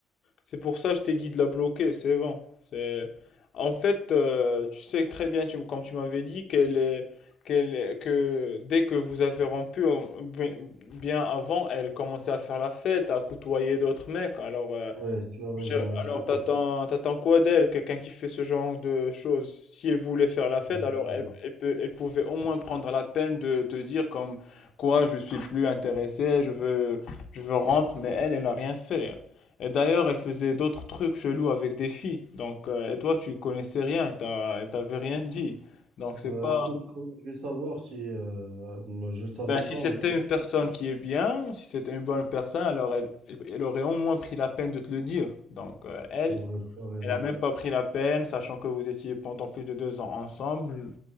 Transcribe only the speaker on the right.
Ouais, tu as raison,
ouais,
c'est
ça.
Ouais,
c'est
vrai.
Ouais,
écoute, comment je vais savoir si euh, moi, je ne savais
pas,
moi.
C'est vrai, tu as raison.